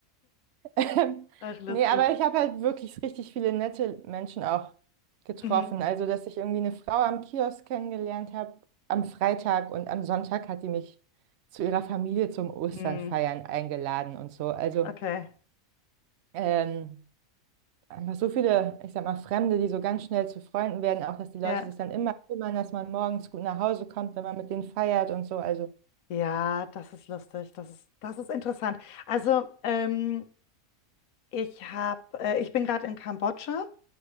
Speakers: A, on the right; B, on the left.
A: Ähm,
B: Ach lustig.
A: nee, aber ich habe halt wirklich richtig viele nette Menschen auch getroffen.
B: Mhm.
A: Also, dass ich irgendwie eine Frau am Kiosk kennengelernt habe am Freitag und am Sonntag hat die mich zu ihrer Familie zum Osternfeiern
B: Mhm.
A: eingeladen und so. Also,
B: Okay.
A: ähm, einfach so viele, ich sag mal, Fremde, die so ganz schnell zu Freunden werden, auch dass die Leute
B: Ja.
A: sich dann immer kümmern, dass man morgens gut nach Hause kommt, wenn man mit denen feiert und so. Also,
B: Ja, das ist lustig. Das ist, das ist interessant. Also, ähm, ich hab, äh, ich bin gerade in Kambodscha